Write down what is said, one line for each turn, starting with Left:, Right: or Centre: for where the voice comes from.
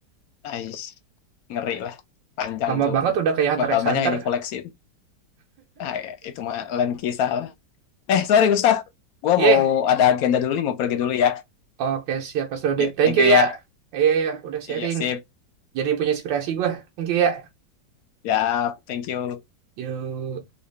Left: Ais. Ngeri lah. Panjang
Right: Lama
Left: tuh.
Right: banget udah kayak Hunter
Left: Bakal
Right: x
Left: banyak
Right: Hunter.
Left: yang dikoleksi. itu. Ah, ya, itu mah lain kisah lah. Eh, sorry Gustaf. Gua
Right: Yeh,
Left: mau ada agenda dulu nih, mau pergi dulu ya.
Right: Oke, siap Mas Rodik.
Left: Ya,
Right: Thank
Left: thank
Right: you
Left: you ya.
Right: ya. Iya, iya, udah sharing.
Left: Iya, sip.
Right: Jadi punya inspirasi gue. Thank you ya.
Left: Ya, thank you.
Right: Yuk.